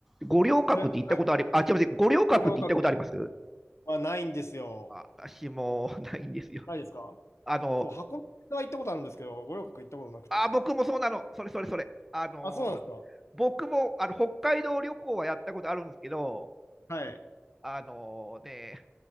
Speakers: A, in the centre; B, on the left.
A: 五稜郭って行ったことあり、
B: う。え、なんか、
A: あ、違います。五稜郭って行ったことあります
B: 五稜郭はないんですよ。
A: あ私もないんですよ。
B: ないですか
A: あの、
B: そう、箱根は行ったことあるんですけど、五稜郭行ったことなくて。
A: あ、あ僕もそうなの。それそれそれ。あの、
B: あ、そうなんです
A: 僕もあの北海道旅行はやったことあるんですけど、
B: かはい。
A: あのね、